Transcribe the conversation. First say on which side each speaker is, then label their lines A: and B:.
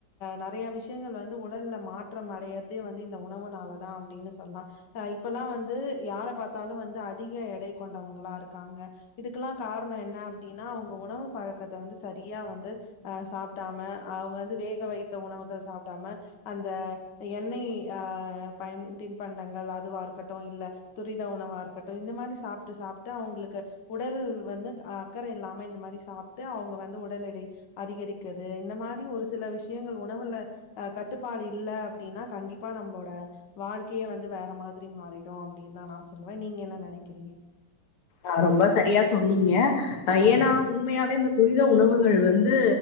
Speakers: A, on the left (about 55°); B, on the left (about 80°).
A: நெறைய விஷயங்கள் வந்து உடல் மாத் மாற்றடையறதே வந்து இந்த உணவுனாலதா அப்டின்னு சொல்லால இப்ல்லா வந்து யார பாத்தாலு வந்து அதிக எடை கொண்டவங்களா இருக்காங்க இதுக்கெல்லா காரண என்ன அப்டின்னா அவங்க உணவு பழக்கத்த வந்து சரியா வந்து அ சாப்டாம அவங்க வந்து வேக வைத்த உணவுகள் சாப்டாம அந்த எண்ணெய் ஆ பன் தின்பண்டங்கள் அதுவ இரு ட்டும் இல்ல துரித உணவா இருக்கட்டு இந்த மாரி சாப்ட்டு சாப்ட்டு அவங்களுக்கு உடல் வந்து அக்கற இல்லாம இந்த மாரி சாப்பிட்டு அவங்க வந்து உடல் எடை அதிகரிக்கது இந்த மாரி ஒரு சில விஷயங்க உணவுல அ கட்டுப்பாடு இல் அப்டின்னா கண்டிப்பா நம்மளோட வாழ்க்கயே வந்து வேற மாரி த்திரி மாறிடு அப்டின்னு தா நா சொல்லுவே நீங்க என்ன நேனக்கிறீங்க
B: ஆ ரொம்ப சரியா சொன்னீங்க ஏன்னா உண்மையாவே இந்த துரித உணவுகள் வந்து